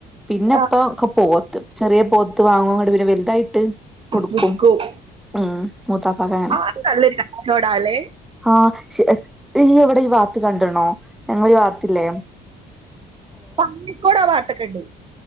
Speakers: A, in the centre; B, on the right.
A: പിന്നെപ്പൊ
B: ആഹ്
A: ഒക്കെ പോത്ത് ചെറിയ പോത്ത് വാങ്ങും ങ്ങട്ട് പിന്നെ വലുതായിട്ട് കൊടുക്കും
B: വിക്കും
A: ഉം മൂത്താപ്പാക്ക്
B: ആത് നല്ലൊരു കച്ചോടാ ല്ലേ
A: ആഹ് ശ് എവിടെ ഈ വാത്ത് കണ്ടണോ ഞങ്ങളേ ഈ വാത്തില്ലേ
B: പന്നിക്കോട് ആ ഭാഗത്ത്‌ ഒക്കെ ഉണ്ട്